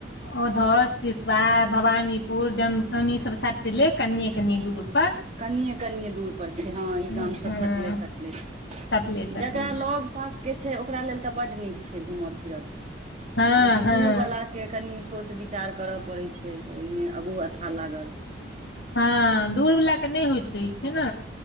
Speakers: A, on the left; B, on the right.
A: ओधो सिसव भवानीपुर जमसम ईसभ सटले कनिये कनिये दूर पर
B: कनिये कनि दूर पर छै हँ ई
A: हँ
B: गाम सभ सटले सटले
A: सटले सटले
B: जकरा
A: छै
B: लग पास के छै ओकरा लेल तऽ बड्ड नीक छै घूमय फिरय के
A: हँ
B: लेकिन
A: हँ
B: दूर वला के कनी सोच विचार करऽ पड़े छै तऽ ओहिमे अगू अच्छा लागल
A: हँ दूर वला के नहि होइत रहे छै ने